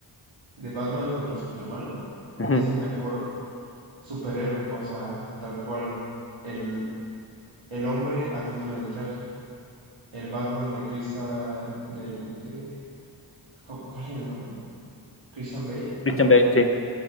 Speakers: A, on the right; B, on the left.
A: de Batman contra Superman
B: Ujú.
A: es el mejor Superhéroe, o sea, tal cual, el, el hombre adentro del traje. El Batman de Christian, del, de, ¿cuál era el nombre? Christian Bale,
B: Christian
A: ajá.
B: Bale, sí.